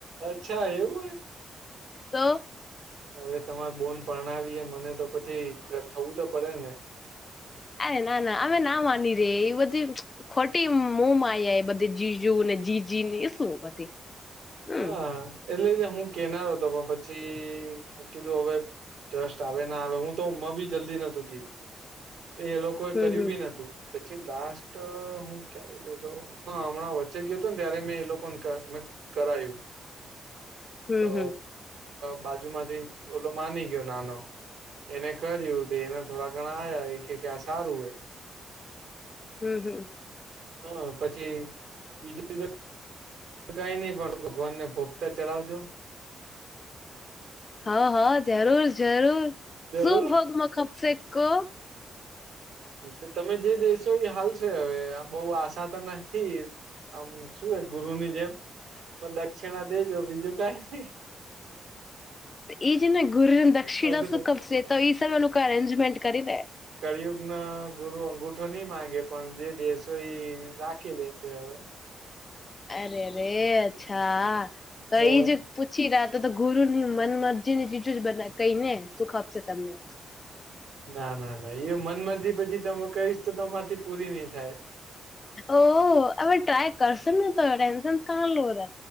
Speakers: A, on the right; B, on the left.
A: અચ્છા એવું હો
B: તો
A: હવે તમારે બોન પરણાવીએ મને તો પછી થવું તો પડે ને
B: અરે ના ના અમે ના માની રે એ બધી ખોટી મો માયા જીજુ ને જીજી એ સુ બધી હમ
A: હા એટલે જ હું કેનારો હતો પણ પછી મે કીધું હવે ટ્રસ્ટ આવે ના આવે હું તો હમમાં બી જલ્દી નતું કીધું એ લોકોએ
B: હમ
A: કર્યું
B: હમ
A: બી નતું પછી લાસ્ટ હું ક્યારે ગયોતો હા હમણાં વચ્ચે ગયો હતો ને ત્યારે મેં એ લોકોને કરાયું
B: હમ
A: તો
B: હમ
A: બાજુ માંથી ઓલો માની ગયો નાનો એને કર્યું તે એના થોડા ઘણા આ્યા એ કે કે આ સારું હોય
B: હમ્મ હમ્મ
A: હા પછી બીજું કઈ નહી પણ ભગવાનને ભોગતા ચડાવજો
B: હા હા જરૂર જરૂર
A: જરૂર
B: શું ભગમાં ખપશેકો
A: એલે તમે જે દેશો એ હાલશે હવે બહ આશા તો નથી આમ શું એ ગુરુ ની જેમ પણ દક્ષિણા દેજો બીજું કઈ ની
B: એ જે ને ગુર દક્ષિણા
A: અઘરું
B: ક તો એ સ એ લોકો અરેન્જમેન્ટ કરીને
A: કર્યું ગુરુ અંગુઠો નહી માંગે પણ જે દેશો એ રાખી લે છે હવે
B: અરે અરે અચ્છા કઈ
A: હોવે.
B: જ ચી રાતો તો ગુરુ ની મન મરજીની ચીજો જ બધા કઈ ને સુખ આપશે તમને
A: ના ના ના એ મન મરજી પછી ત કહીશ તો તમારથી પૂરી નઈ થાય
B: ઓ હવે ટ્રાય કરશ ને તો ટેન્શન કં લારે